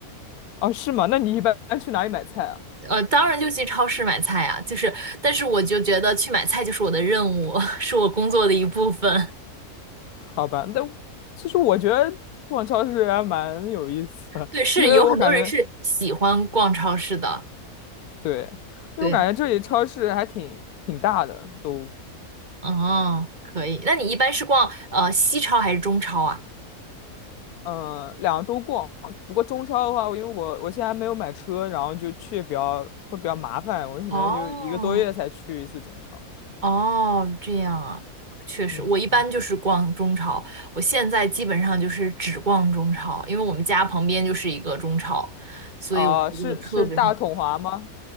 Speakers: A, on the left; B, on the right.
A: 哦，是吗？那你一般去哪里买菜啊？
B: 呃，当然就去超市买菜啊，就是，但是我就觉得去买菜就是我的任务，<laughs> 是我工作的一部分。
A: 好吧，那其实我觉得逛超市还蛮有意思的，
B: <laughs> 对，
A: <laughs>
B: 是有很多人是喜欢逛超市的。
A: 因为我感觉，对，因为我感觉这里超市还挺挺大的，
B: 对，
A: 都。
B: 哦，可以。那你一般是逛呃西超还是中超啊？
A: 嗯，两个都逛。不过中超的话，我因为我我现在还没有买车，然后就去比较会比较麻烦，我可能就一个多月才去一次中超。
B: 哦，哦，这样啊，确实，
A: 嗯嗯，
B: 我一般就是逛中超，我现在基本上就是只逛中超，因为我们家旁边就是一个中超，所以我觉就特别方
A: 哦、是是大统华吗？